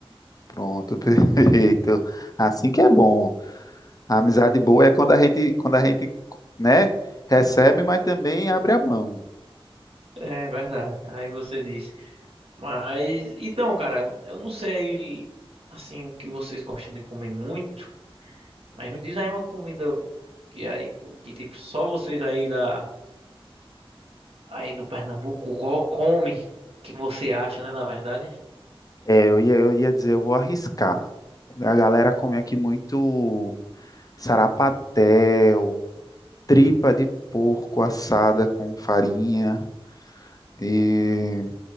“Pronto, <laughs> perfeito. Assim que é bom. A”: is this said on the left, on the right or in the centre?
Left